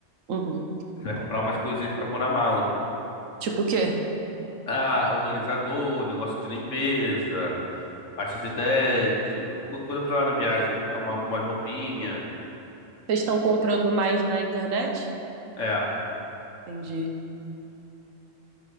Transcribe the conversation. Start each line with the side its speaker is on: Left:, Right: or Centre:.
Right: Uhum.
Left: você vai comprar umas coisinhas pra pôr na mala.
Right: Tipo o quê?
Left: Ah, organizador, negócio de limpeza, pasta de dente, co- coisa pra lá na viagem, uma, umas roupinhas.
Right: Vocês estão comprando mais na internet?
Left: É.
Right: Entendi.